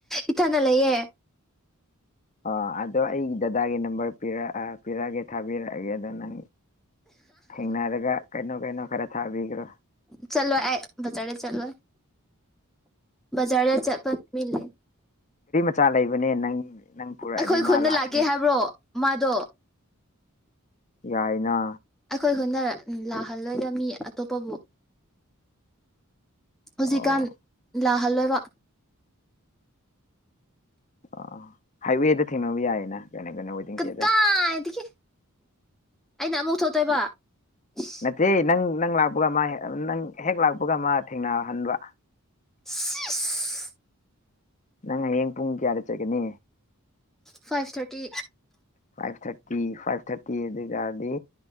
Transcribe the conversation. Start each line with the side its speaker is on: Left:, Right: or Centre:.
Centre: ꯏꯊꯟꯅ ꯂꯩꯌꯦ
Left: ꯑꯣ ꯑꯗꯣ ꯑꯩꯒꯤ ꯗꯗꯥꯒꯤ ꯅꯝꯕꯔ ꯄꯤꯔꯛ ꯑ ꯄꯤꯔꯛꯑꯒꯦ ꯊꯥꯕꯤꯔꯛꯑꯒꯦ ꯑꯗꯣ ꯅꯪ ꯊꯦꯡꯅꯔꯒ ꯀꯩꯅꯣ ꯀꯩꯅꯣ ꯈꯔ ꯊꯥꯕꯤꯒ꯭ꯔꯣ
Centre: ꯆꯠꯂꯣꯏ ꯑꯩ ꯕꯖꯥꯔꯗ ꯆꯠꯂꯣꯏ ꯕꯖꯥꯔꯗ ꯆꯠꯄ ꯃꯤ ꯂꯩ
Left: ꯆꯥ ꯂꯩꯕꯅꯦ ꯅꯪ ꯄꯨꯔꯛꯑꯗꯤ
Centre: ꯑꯩꯈꯣꯏ
Left: ꯃꯥ
Centre: ꯈꯨꯟꯗ
Left: ꯂꯥꯛꯀꯅꯤ
Centre: ꯂꯥꯛꯀꯦ ꯍꯥꯏꯕ꯭ꯔꯣ ꯃꯥꯗꯣ
Left: ꯌꯥꯏꯅ
Centre: ꯑꯩꯈꯣꯏ ꯈꯨꯟꯗ ꯂꯥꯛꯍꯜꯂꯣꯏꯗ ꯃꯤ ꯑꯇꯣꯞꯄꯕꯨ ꯍꯧꯖꯤꯛꯀꯥꯟ
Left: ꯑꯣ
Centre: ꯂꯥ ꯍꯜꯂꯣꯏꯕ
Left: ꯑ ꯍꯥꯏꯋꯦꯗ ꯊꯦꯡꯅꯕ ꯌꯥꯏꯌꯦꯅ ꯖꯅꯥ ꯒꯅꯥ ꯋꯥꯏꯇꯤꯡ
Centre: ꯀꯗꯥꯏꯗꯒꯤ
Left: ꯁꯦꯗꯇ
Centre: ꯑꯩꯅ ꯑꯃꯨꯛ ꯊꯣꯛꯇꯣꯏꯕ ꯁꯁ
Left: ꯅꯠꯇꯦ ꯅꯪ ꯅꯪ ꯂꯥꯛꯄꯒ ꯃꯥ ꯍꯦꯛ ꯑ ꯅꯪ ꯍꯦꯛ ꯂꯥꯛꯄꯒ ꯃꯥ ꯊꯦꯡꯅꯍꯟꯕ
Centre: ꯁꯤꯆ
Left: ꯅꯪ ꯍꯌꯦꯡ ꯄꯨꯡ ꯀꯌꯥꯗ ꯆꯠꯀꯅꯤ
Centre: five thirty
Left: five thirty five thirty ꯑꯗꯨ ꯑꯣꯏꯇꯥꯔꯗꯤ